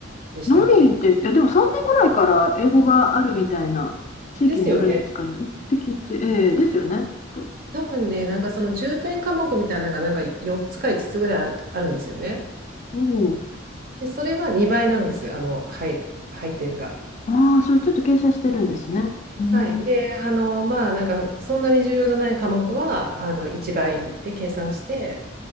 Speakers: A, on the right; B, on the left.
A: でしたっけ
B: ないです。いや、でも3年ぐらいから英語があるみたいな地域によるんですかね。
A: ですよね。
B: って聞いて、ええですよね、きっと。
A: 多分ね、なんかその重点科目みたいなのがなんか4つか5つつぐらいある、あるんですよね。
B: おお。
A: で、それは2倍なんです。あの、はい、配点が。
B: ああ、それちょっと傾斜してるんですね。うん、
A: はい。で、あの、まあ、なんかそんなに重要じゃない科目は、あの、1倍で計算して、